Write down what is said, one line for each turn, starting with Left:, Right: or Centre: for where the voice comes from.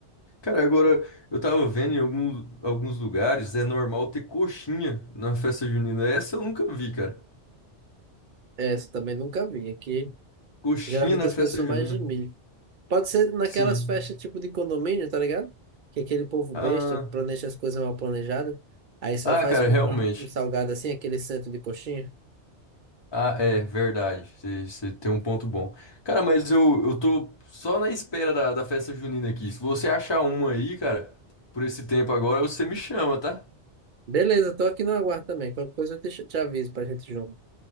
Left: Cara, agora eu tava vendo em algum, alguns lugares é normal ter coxinha na festa junina. Essa eu nunca vi, cara.
Right: Essa também nunca vi, aqui
Left: Coxinha
Right: geralmente
Left: na
Right: as
Left: festa
Right: coisas são
Left: junina.
Right: mais de milho. Pode ser naquelas
Left: Sim.
Right: festas tipo de condomínio, tá ligado? Que aquele povo
Left: Ah,
Right: besta planeja as coisas mal planejadas. Aí só
Left: ah,
Right: faz
Left: cara,
Right: comprar
Left: realmente.
Right: um salgado assim, aquele centro de coxinha.
Left: Ah, é verdade. Você tem um ponto bom. Cara, mas eu, eu tô só na espera da, da festa junina aqui. Se você achar uma aí, cara, por esse tempo agora, você me chama, tá?
Right: Beleza, tô aqui no aguardo também. Qualquer coisa eu te, te aviso pra gente junto.